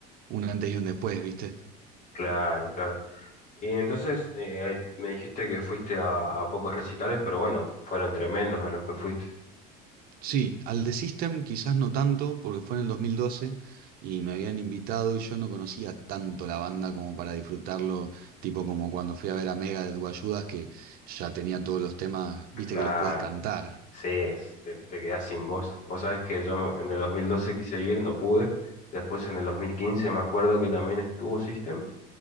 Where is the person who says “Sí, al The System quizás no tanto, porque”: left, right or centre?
Right